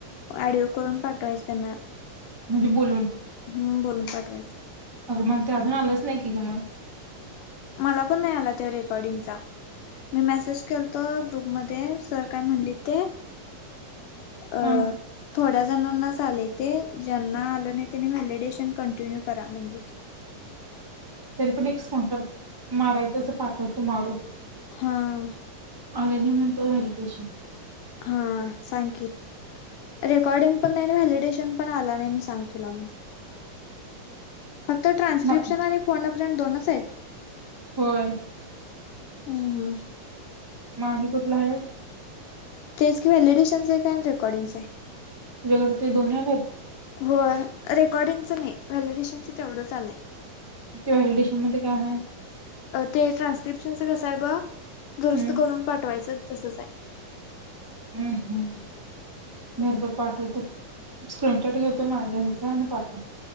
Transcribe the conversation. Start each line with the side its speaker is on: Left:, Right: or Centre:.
Left: ऑडिओ करून पाठवायचं त्यांना
Right: म्हणजे बोलून
Left: हम् बोलून पाठवायचं
Right: अगं मग ते अजून आलंच नाही की गं मग
Left: मला पण नाही आला त्या रेकॉर्डिंगचा मी मॉसेज केलतो ग्रुपमध्ये सर काय म्हटली ते अ
Right: हा
Left: थोड्या जणांनाच आलय ते ज्यांना आलं नाही त्यांनी व्हॅलिडेशन कंटिन्यू करा म्हणलीत
Right: तरी पण एक <unintelligible> मारायचं तसं पाठवतो मारून
Left: हां
Right: लरेडी म्हणतो हॅलिटेशन
Left: हा सांग की रेकॉर्डिंग पण नाही ना व्हॅलिडेशन पण आला नाही मग सांग तुला म फक्त ट्रान्स्क्रिप्शन
Right: म-
Left: फंड प्र्रिंट दोनच आहेत
Right: होय
Left: हम हम
Right: माझी कुठला आहे?
Left: तेच कि वलीएडिशनस आहे काय रेकॉर्डिंगस आहे.
Right: त्याकडडे ते दोन् आले. <inaudible>
Left: होय रेकॉर्डिंगचं नाही व्हॅलिडेशनच तेवढंच आलंय.
Right: ते हल डिशामध्येध्ये काय आहेय.
Left: ते ट्रान्स्क्रिप्शनच कसा आहे ब दुरुस्त
Right: हम्म
Left: करून पाठवायचं तसंच आहे.
Right: हम्म हम्म म बग पाठवतो स्क्रीनशॉट घेतो माझा ह्याचां आणि पाठवतो.